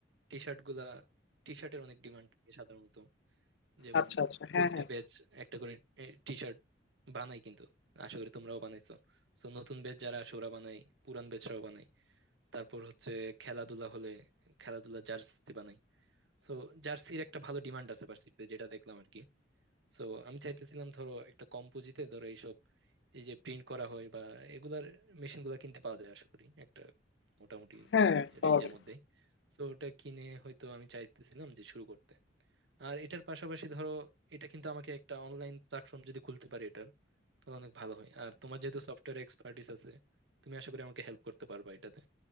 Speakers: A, on the right; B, on the left.
A: টি শার্ট গুলা টি শার্টের অনেক ডিমান্ড থাকে সাধারণত যেমন
B: আচ্ছা আচ্ছা হ্যাঁ
A: প্রতিটা
B: হ্যাঁ
A: ব্যাচ একটা করে টি শার্ট বানাই কিন্তু আশা করি তোমরাও বানাইছো তো নতুন ব্যাচ যারা আসে ওরা বানাই পুরান ব্যাচরাও বানাই তারপর হচ্ছে খেলাধুলা হলে খেলাধুলা জার্সি বানাই তো জার্সির একটা ভালো ডিমান্ড আছে ভার্সিটিতে যেটা দেখলাম আর কি সো আমি চাইতেছিলাম ধরো একটা কম পুঁজিতে ধরো এইসব এই যে প্রিন্ট করা হয় বা এগুলার মেশিন গুলা কিনতে পাওয়া যায় আশা করি একটা মোটামুটি
B: হ্যাঁ পাওয়া
A: রেঞ্জের
B: যায়
A: মধ্যে তো ওটা কিনে হয়তো আমি চাইতেছিলাম যে শুরু করতে আর এটার পাশাপাশি ধরো এটা কিন্তু আমাকে একটা অনলাইন প্ল্যাটফর্ম যদি খুলতে পারি এটার তাহলে অনেক ভালো হয় আর তোমার যেহেতু সফটওয়্যার এক্সপার্টিস আছে তুমি আশা করি আমাকে হেল্প করতে পারবা এটাতে